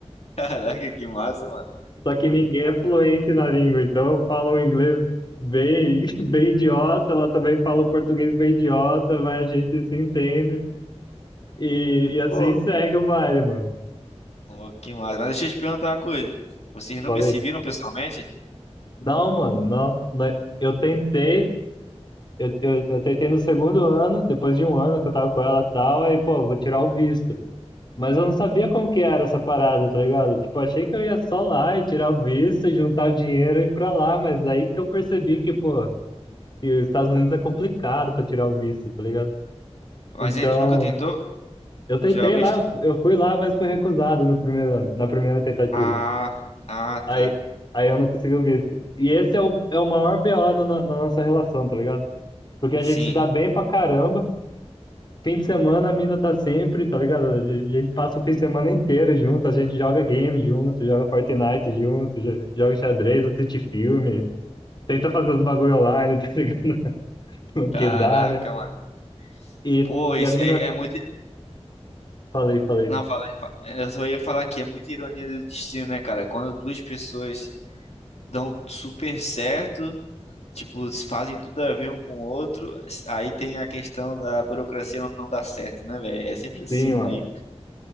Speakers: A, on the left; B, on the left.
A: Caraca, que massa, mano.
B: Só que ninguém é fluente na língua, então eu falo um inglês bem <laughs> bem idiota, ela também fala o português bem idiota, mas a gente se entende. E, e assim
A: Pô,
B: segue o baile, mano.
A: pô, que massa. Mas deixa eu te perguntar uma coisa. Vocês nunca
B: Falei,
A: se viram pessoalmente?
B: não, mano, não. Nós- Eu tentei eu, eu, eu tentei no segundo ano, depois de um ano que eu tava com ela e tal, aí, pô, vou tirar o visto. Mas eu não sabia como que era essa parada, tá ligado? Tipo, achei que eu ia só lá e tirar o visto, e juntar o dinheiro e ir pra lá, mas daí que eu percebi que, pô, que os Estados Unidos é complicado pra tirar o visto, tá ligado?
A: Mas
B: Então,
A: aí tu nunca tentou
B: eu tentei
A: tirar o visto?
B: lá, eu fu- eu fui lá, mas fui recusado no primeiro ano, na primeira tentativa.
A: Ah, ah,
B: Aí,
A: tá.
B: aí eu não consegui o visto. E esse é o, é o maior BO no- na, na na nossa relação, tá ligado? Porque a
A: Sim.
B: gente se dá bem pra caramba, Fim de semana a mina tá sempre, tá ligado? A gente a gente passa o fim de semana inteiro junto, a gente joga game junto, joga Fortnite junto, jo- joga xadrez, assiste filme, tenta fazer os bagulho online, <laughs> tá ligado? No
A: Caraca,
B: que dá, né?
A: mano.
B: E,
A: Pô, isso
B: e a mina.
A: aí é muito.
B: Falei, falei.
A: Não, fala, fala- eu só ia falar que é muita ironia do destino, né, cara? Quando duas pessoas dão super certo, tipo, se fazem tudo a ver um com o outro, aí tem a questão da burocracia não, não dar certo, né, velho? É sempre assim,
B: Sim,
A: mano.
B: mano.
A: E-